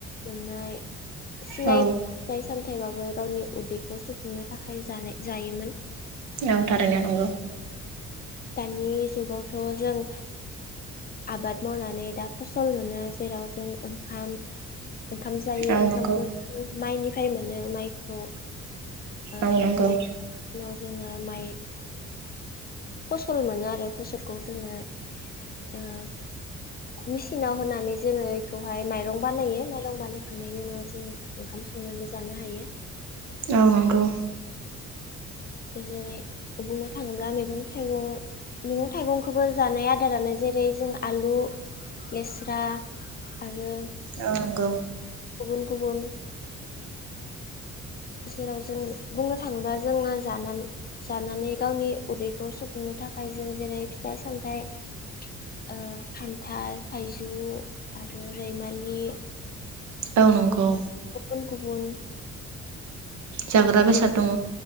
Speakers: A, on the left; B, on the right.
A: मोननाय सिनाय
B: औ
A: फिथाइ सामथायबाबो गावनि उदैखौ सुफुंनो थाखाय जानाय जायोमोन
B: औ थारैनो नंगौ
A: दानि जुगावथ' जों आबाद मावनानै दा फसल मोनो जेराव जों ओंखाम ओंखाम जायो
B: औ
A: ओंखामखौ
B: नंगौ
A: माइनिफ्राय मोनो माइखौ ओ
B: औ नंगौ
A: <unintelligible> जोङो माइ फसल मोनो आरो फसलखौ जोङो ओ मेसिनाव होनानै जोङो बेखौहाय माइरं बानायो माइरं बानायखांनायनि उनाव जों ओंखाम संनानै जानो हायो।
B: औ नांगौ
A: जेरै बुंनो थाङोब्ला मैगं-थाइगं मैगं-थाइगंखौबो जानाय आदारानो जेरै जों आलु, लेस्रा आरो
B: औ नंगौ
A: गुबुन गुबुन जेराव जों बुंनो थाङोबा जोङो जानानै गावनि उदैखौ सुफुंनो थाखाय जों जेरै फिथाइ-सामथाइ ओ खान्थाल-थाइजौ आरो रैमालि
B: औ नंगौ
A: गुबुन गुबुन
B: जाग्रा बेसाद
A: बे
B: दङ